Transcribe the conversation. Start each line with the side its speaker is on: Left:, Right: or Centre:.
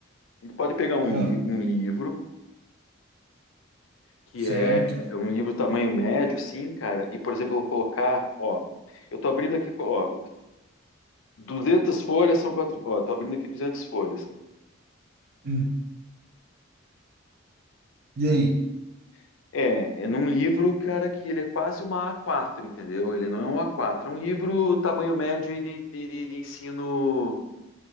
Left: A gente pode pegar um,
Right: Ah,
Left: li- um livro que
Right: certo.
Left: é é um livro tamanho médio, assim, cara, e, por exemplo, eu vou colocar, ó, eu tô abrindo aqui, ó, 200 folhas são quatro, ó, eu tô abrindo aqui 200 folhas, cara,
Right: Hum. E
Left: aqui.
Right: aí?
Left: É, é num livro, cara, que ele é quase uma A4, entendeu? Ele não é um A4, é um livro tamanho médio aí de, de, de- de ensino.